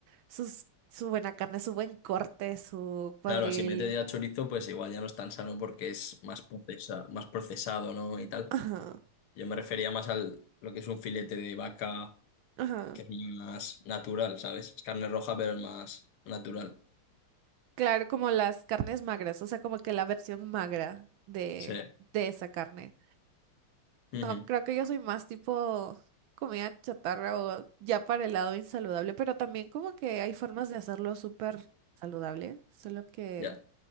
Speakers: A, on the right; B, on the left.
A: sus, su buena carne, su buen corte, su cuadril.
B: Claro, si metes ya chorizo, pues igual ya no es tan sano porque es más procesa, más procesado, ¿no? Y tal.
A: Ajá,
B: Yo me refería más al lo que es un filete de vaca,
A: ajá.
B: que es más natural, ¿sabes? Es carne roja, pero es más natural.
A: Claro, como las carnes magras, o sea, como que la versión magra de,
B: Sí.
A: de esa carne. No,
B: Ujú.
A: creo que yo soy más tipo comida chatarra o ya para el lado insaludable, pero también como que hay formas de hacerlo súper saludable, solo que
B: Ya.